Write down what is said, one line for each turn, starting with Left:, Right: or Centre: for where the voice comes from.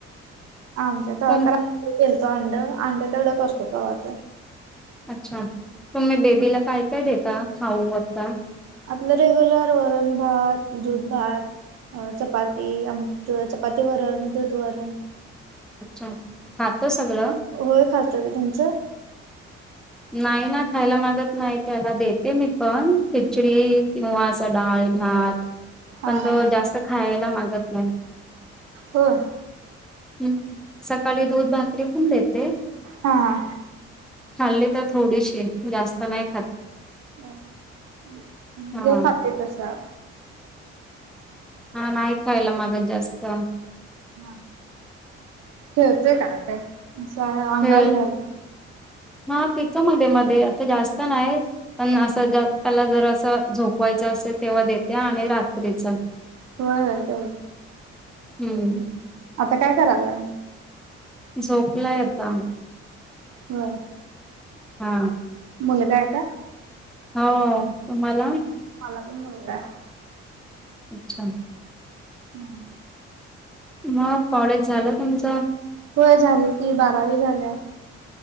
Right: आमच्या तरा
Centre: तुम्ही
Right: गेलतो अंड अंड तेवढं करतो. का वाता
Centre: अच्छा तुम्ही बेबीला काय काय देता खाऊ आत्ता?
Right: आपलं रेगुलर वरण भात, दूध भात, अ चपाती आम चपाती वरण, दूध वरण,
Centre: अच्छा हांातो सगळं
Right: होय खातातो का तुमचं
Centre: नाही ना खायला मागत नाही त्याला देते मी पण खिचडी किंवा डाळ, भात
Right: हा
Centre: पण तो
Right: हा
Centre: जास्त खायला मागत नाही.
Right: होय.
Centre: हम्म सकाळी दूध भाकरी पण देते
Right: हा हा
Centre: खाल्ली तर थोडीशी जास्त नाही खात.
Right: होय
Centre: हा
Right: खाते तसा.
Centre: हा नाही खायला माग जास्त.
Right: हा ठेवतेय का काय अस अंगावर
Centre: खेळ
Right: याला
Centre: हा पितो मध्ये, मध्ये आता जास्त नाही. पण असं त्याला जर असं झोपवायचं असेल तेव्हा देते आणि रात्रीच.
Right: होय होय.
Centre: हम्म.
Right: आता काय करायलाय?
Centre: झोपला ये आता.
Right: हो
Centre: हा
Right: मुलगा आहे का?
Centre: हो तुम्हाला?
Right: मला पण मुलगा
Centre: अच्छा.
Right: हम्म.
Centre: मग कॉलेज झालं तुमचं?
Right: होय झाली की बारावी झालीया.